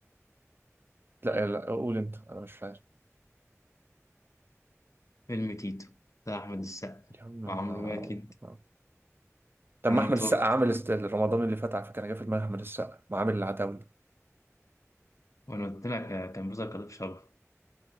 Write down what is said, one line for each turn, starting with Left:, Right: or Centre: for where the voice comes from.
Right: لا لا قول انت انا مش فاهم
Left: فيلم تيتو بتاع احمد السقا
Right: يا عم ما
Left: وعمرو واكد
Right: ما- طب
Left: حنان
Right: ما احمد
Left: ترك
Right: السقا عامل است- رمضان اللي فات على فكره انا جه في دماغي احمد السقا ما عامل العتاوله
Left: وانا قلت لك كان بيظهر كضيف شرف